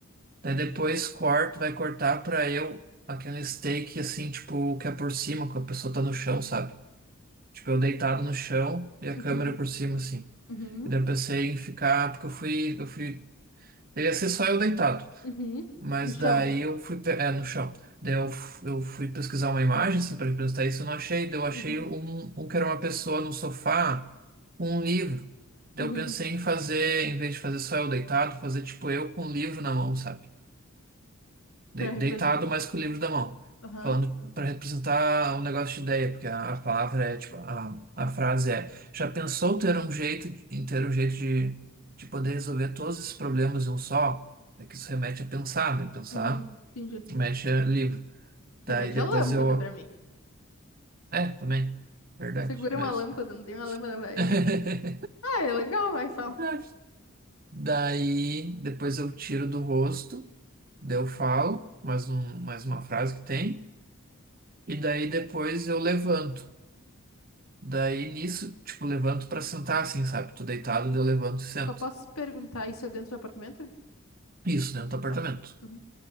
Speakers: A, on the right; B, on the left.
A: Daí depois corto, vai cortar pra eu aquele steak assim, tipo, que é por cima, que a pessoa tá no chão, sabe? Tipo, eu deitado no chão e a
B: uhum,
A: câmera por cima, assim.
B: uhum,
A: E daí eu pensei em ficar, porque eu fui, eu fui. Ia ser só eu deitado.
B: uhum,
A: Mas
B: No chão.
A: daí eu fui, pe- é, no chão. Daí eu, f- eu fui pesquisar uma imagem, assim, pra representar isso, eu não achei. Daí eu achei
B: Uhum,
A: um, um que era uma pessoa no sofá com um livro. Daí
B: uhum.
A: eu pensei em fazer, em vez de fazer só eu deitado, fazer tipo eu com um livro na mão, sabe? de-
B: Pra representar...
A: deitado, mas com o livro da mão,
B: Aham,
A: falando para representar um negócio de ideia, porque a, a palavra é tipo, a, a frase é: já pensou ter um jeito, em ter um jeito de, de poder resolver todos esses problemas em um só? É que isso remete a pensar, né? Pensar
B: uhum, entendi.
A: remete a livro. Daí
B: Remete
A: depois
B: à lâmpada
A: eu.
B: pra mim.
A: É, também. Verdade,
B: Segura
A: mas.
B: uma lâmpada, não tem uma lâmpada, vai...
A: <laughs>
B: Ah, é legal, vai, fala.
A: Verdade. Daí depois eu tiro do rosto, daí eu falo mais, um, mais uma frase que tem, e daí depois eu levanto. Daí nisso, tipo, levanto pra sentar assim, sabe? Tô deitado, daí eu levanto e sento.
B: Só posso perguntar, isso é dentro do apartamento?
A: Isso, dentro do apartamento.
B: Tá. Uhum.